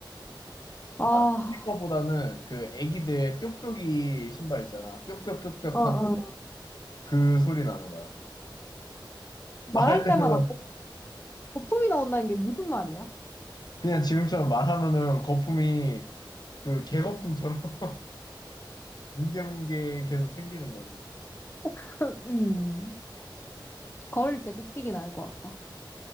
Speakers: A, on the left (about 25°); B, on the left (about 55°).
A: 아,
B: 아 슬리퍼보다는 그 애기들 뾱뾱이 신발 있잖아 뾱뾱뾱뾱
A: 어, 어.
B: 하는 그 소리 나는 거야 말할
A: 말할
B: 때마다
A: 때마다 거- 거품이 나온다는 게 무슨 말이야?
B: 그냥 지금처럼 말하면은 거품이 그 개거품처럼 문경계 계속 생기는 거지.
A: <laughs> 음, 걸을 때 삑삑이 날 것 같아.